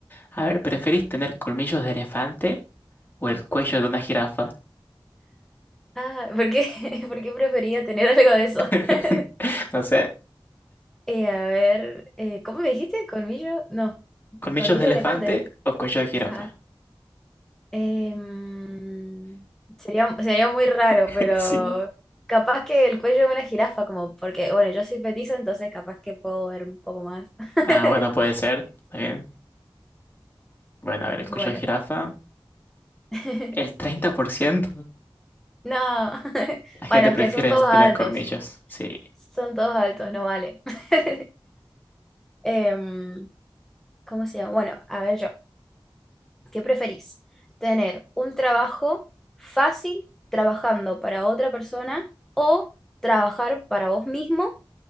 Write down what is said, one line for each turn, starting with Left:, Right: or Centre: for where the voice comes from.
Left: A ver, ¿preferís tener colmillos de elefante o el cuello de una jirafa?
Centre: Ah, ¿por qué? <laughs> ¿Por qué prefería tener algo de eso?
Left: <laughs>
Centre: <laughs>
Left: No sé.
Centre: Eh, a ver, eh, ¿cómo me dijiste? ¿Colmillo? No,
Left: ¿Colmillos
Centre: colmillo
Left: de elefante
Centre: de elefante.
Left: o cuello de jirafa?
Centre: Ajá. Em, sería, sería muy raro,
Left: <laughs>
Centre: pero
Left: Sí.
Centre: capaz que el cuello de una jirafa, como porque, bueno, yo soy petiza, entonces capaz que puedo ver un poco más. <laughs>
Left: Ah, bueno, puede ser. También. Bueno, a ver, el cuello
Centre: Bueno.
Left: de jirafa.
Centre: <laughs>
Left: El 30%.
Centre: No. <laughs>
Left: La gente
Centre: Bueno, es
Left: prefiere
Centre: que son todos
Left: tener
Centre: altos.
Left: colmillos. Sí.
Centre: Son todos altos, no vale. <laughs> Em, ¿cómo se llama? Bueno, a ver yo, ¿qué preferís? ¿Tener un trabajo fácil trabajando para otra persona o trabajar para vos mismo,